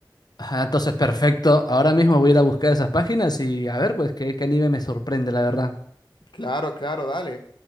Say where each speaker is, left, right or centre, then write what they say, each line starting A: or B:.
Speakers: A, on the left (about 60°); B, on the left (about 75°).
A: Ajá, entonces perfecto. Ahora mismo voy a ir a buscar esas páginas y a ver, pues, qué, qué anime me sorprende, la verdad.
B: Claro, claro, dale.